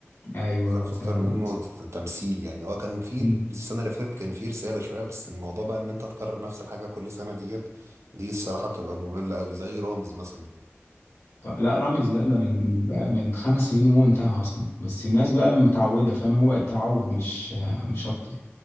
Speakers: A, on the left (about 65°); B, on the right (about 85°).
A: ايوه
B: ظرف
A: تمام
B: اكتر منه ت- تمثيل يعني اه كان في
A: مم.
B: ال- السنه اللي فاتت كان في رساله شويه بس الموضوع بقى ان انت تكرر نفس الحاجه كل سنه ديت دي الصراحه بتبقى ممله قوي زي رامز مثلا
A: طب لا رامز ده لا من بقى من خمس سنين وهو انتهى اصلا بس الناس بقى متعوده فاهم هو بقى التعود مش مش اكتر